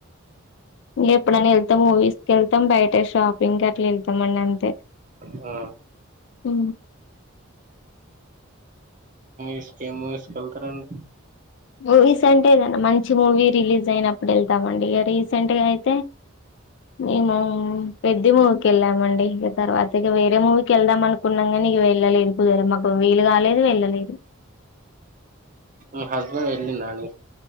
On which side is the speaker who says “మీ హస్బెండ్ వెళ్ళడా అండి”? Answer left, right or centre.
Right